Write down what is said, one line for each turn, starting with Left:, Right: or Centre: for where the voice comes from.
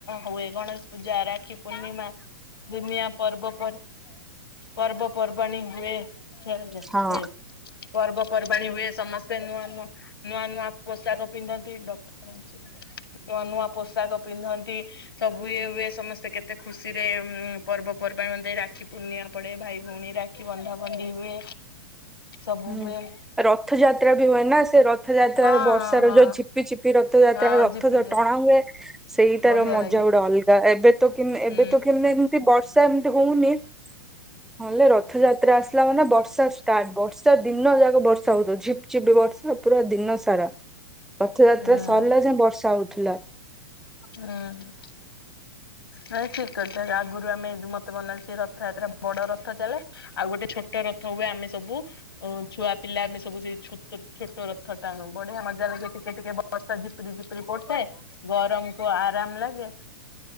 Left: ହୁଏ ଗଣେଶ ପୂଜା, ରାକ୍ଷୀ ପୂର୍ଣ୍ଣିମା, ଦୁିନିଆ ପର୍ବ ପର୍ ପର୍ବପର୍ବାଣୀ ହୁଏ ସିଆଡେ ଯାଆ
Centre: ହଁ।
Left: ସିଆଡେ ପର୍ବପର୍ବାଣୀ ହୁଏ। ସମସ୍ତେ ନୂଆ ନୂଆ ନୂଆ ନୂଆ ପୋଷାକ ପିନ୍ଧନ୍ତି ଡକରାନ୍ତି ନୂଆ ନୂଆ ପୋଷାକ ପିନ୍ଧନ୍ତି। ସବୁ ଇଏ ହୁଏ ସମସ୍ତେ କେତେ ଖୁସିରେ ଉଁ ପର୍ବପର୍ବାଣି ମାନ ତ ଏ ରାକ୍ଷୀ ପୂର୍ଣ୍ଣିମା ପଡେ ଭାଇ ଭୋଉଣି ରାକ୍ଷୀ ବନ୍ଧାବନ୍ଧି ହୁଏ ସବୁ
Centre: ହୁଁ।
Left: ହୁଏ।
Centre: ରଥଯାତ୍ରା ବି ହୁଏନା ସେ ରଥଯାତ୍ରାରେ
Left: ହଁ
Centre: ବର୍ଷର
Left: ହଁ ହଁ
Centre: ଯୋଉ ଝିପି ଝିପି ରଥଯାତ୍ରା
Left: ହଁ
Centre: ର
Left: ଝିପିଝି
Centre: ଥ ତ ଟଣା ହୁଏ ସେଇଟାର
Left: ବଢିଆ
Centre: ମଜା
Left: ଲାଗେ।
Centre: ଗୋଟା ଅଲଗା ଏବେ ତ କିନ୍
Left: ହୁଁ।
Centre: ଏବେ ତ ହେଲେ ଏମତି ବର୍ଷା ଏମତି ହୋଉନି ନହଲେ ରଥଯାତ୍ରା ଆସିଲା ମାନେ ବର୍ଷା ଷ୍ଟାଟ୍ ବର୍ଷା ଦିନ ଯା ବର୍ଷା ହୋଉଥୁବ ଝିପ ଝିପ ବର୍ଷା ପୁରା ଦିନ ସାରା ରଥଯାତ୍ରା
Left: ହୁଁ।
Centre: ସରଲା ଯାଏଁ ବର୍ଷା ହୋଉ ଥୁଲା।
Left: ହୁଁଉଁ। ନାଇଁ ଠିକ କଥ ନା ଆଗରୁ ଆମେ ଦୁ ମତେ ମନେ ଅଛ ରଥଯାତ୍ରା ବଡ ରଥ ଚାଲେ। ଆଉ ଗୋଟେ ଛୋଟ ରଥ ହୁଏ ଆମେ ସବୁ ଆଉ ଛୁଆ ପିଲା ଆମେ ସବୁ ସେଇ ଛୋଟ ଛୋଟ ରଥ ଟାଣୁ ବଢିଆ ମଜା ଲାଗେ ଟିକେ ଟିକେ ବ ବର୍ଷା ଝିପିରି ଝିପିରି ପଡୁଥାଏ ଗରମକୁ ଆରାମ ଲାଗେ।